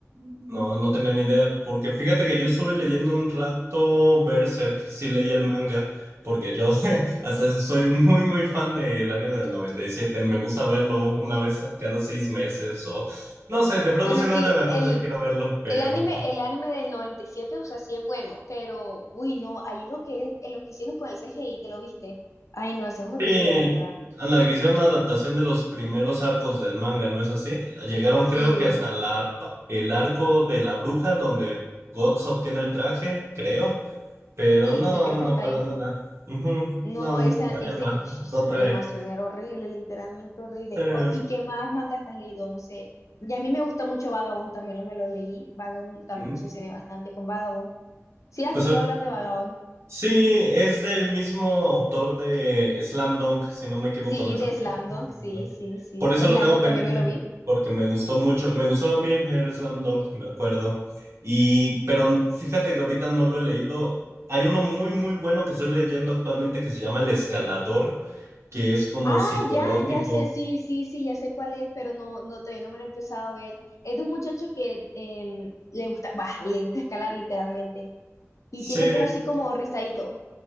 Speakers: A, on the right; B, on the left.
A: No, no tenía ni idea, porque fíjate que yo estuve leyendo un rato Berserk, sí leí el manga, porque yo <laughs> hasta eso soy muy, muy fan del anime del 97, me gusta verlo una vez a- cada seis meses o no sé, de pronto
B: Bueno,
A: simplemente
B: sí,
A: me acuerdo
B: el,
A: que quiero verlo, pero...
B: El anime, el anime del noventa y siete o sea, sí es bueno, pero, uy, no, hay uno que es, eh, lo que hicieron con el CGI, ¿te lo viste? Ay, no, ese es horrible,
A: Sí,
B: la verdad.
A: ándale, que hicieron una adaptación de los primeros arcos del manga, ¿no es así? Llegaron
B: Sí,
A: creo que hasta la, pa- el arco de la bruja donde Guts obtiene el traje, creo. Pero
B: sí,
A: no,
B: sí, creo
A: no,
B: que está
A: para
B: ahí.
A: nada. Ujú,
B: No,
A: No, no,
B: esa,
A: no
B: ese,
A: llama,
B: ush, esa
A: no trae.
B: animación era horrible, literalmente horrible.
A: Eh,
B: O- ¿y qué más manga has leído? No sé. Y a mí me gusta mucho Vagabond, también lo, me lo leí. Vagabond, también
A: mm,
B: me obsesioné bastante con Vagabond. ¿Sí has
A: pues
B: escuchado
A: ahorita-
B: hablar de Vagabond?
A: sí, es del mismo autor de Slam Dunk, si no me equivoco,
B: Sí,
A: ¿no es
B: de
A: así?
B: Slam
A: Dunk.
B: Dunk, sí, sí, sí.
A: Por eso
B: Slam
A: lo tengo
B: Dunk
A: pendiente,
B: también me lo vi.
A: porque me gustó mucho, me gustaba a mí ver Slam Dunk, me acuerdo. Y, pero fíjate que ahorita no lo he leído. Hay uno muy, muy bueno que estoy leyendo actualmente que se llama El Escalador, que es como
B: Ah,
A: psicológico.
B: ya, ya sé, sí, sí, sí, ya sé cuál es, pero no, no, todavía no me lo he empezado a ver. Es de un muchacho que em, le gusta, <laughs> bah, le gusta escalar literalmente. Y
A: Sí,
B: tiene pelo así como rizadito,